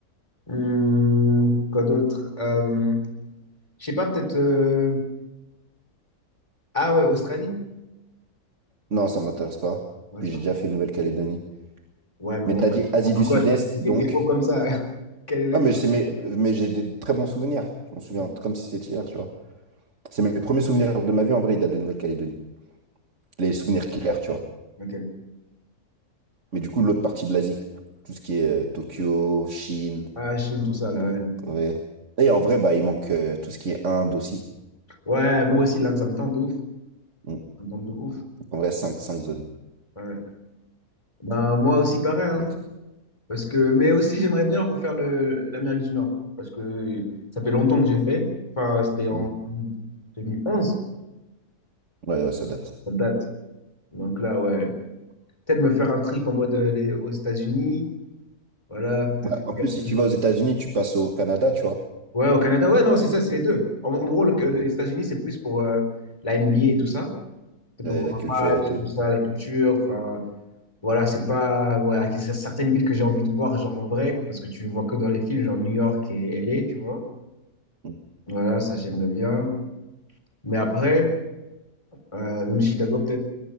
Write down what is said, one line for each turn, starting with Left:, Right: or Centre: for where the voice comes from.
Left: Hum, quoi d'autre? Euh, je sais pas, peut-être. euh, Ah ouais, Australie.
Right: Non, ça m'intéresse pas.
Left: Ouais,
Right: Puis
Left: c'est pas-
Right: j'ai déjà fait Nouvelle-Calédonie.
Left: Ouais, mais
Right: Mais
Left: bon,
Right: t'as dit Asie
Left: En pourquoi
Right: du Sud-Est,
Left: c'était
Right: donc.
Left: des mots comme ça, <laughs> Calédonie.
Right: Ah, mais c'est mes... mais j'ai des très bons souvenirs. Je m'en souviens
Left: Ouais.
Right: comme si c'était hier, tu vois. C'est mes premiers souvenirs de ma vie, en vrai, ils datent de Nouvelle-Calédonie. Les souvenirs clairs, tu vois.
Left: Ok.
Right: Mais du coup, l'autre partie de l'Asie. Tout ce qui est euh, Tokyo, Chine,
Left: Ah, Chine, tout ça, là. Ouais,
Right: Corée. Et en vrai, bah, il manque euh, tout ce qui est Inde aussi.
Left: Ouais, moi aussi, là, ça me tente de ouf. Ça
Right: Mm.
Left: me tente de ouf.
Right: En vrai, cinq, cinq zones.
Left: Ouais. Ben, moi aussi, pareil. hein.
Right: peut-être.
Left: Parce que... Mais aussi, j'aimerais bien refaire le... l'Amérique du Nord. Parce que ça fait longtemps que j'ai fait. Enfin, c'était en
Right: Mm.
Left: 2011,
Right: Ouais, ouais, ça date.
Left: ça date. Donc là, ouais. Peut-être me faire un trip en mode euh, les- aux États-Unis. Voilà, peut-être
Right: Ouais, En
Left: regarder.
Right: plus, si tu vas aux États-Unis, tu passes au Canada, tu vois.
Left: Ouais, au Canada. Ouais, non, c'est ça, c'est les deux. En, en gros, le-
Right: Mm,
Left: le-
Right: mm.
Left: les États-Unis, c'est plus pour euh, la NBA et tout ça. C'est pour
Right: Ouais,
Left: voir
Right: la culture
Left: un match,
Right: et tout.
Left: tout ça, la culture. Enfin, voilà, c'est pas. Voilà, c'est certaines villes que j'ai envie de voir, genre en vrai, parce que tu le vois que dans les films, genre New York et LA, tu vois.
Right: Ok.
Left: Voilà, ça, j'aimerais bien. Mais après, euh, même Chicago, peut-être.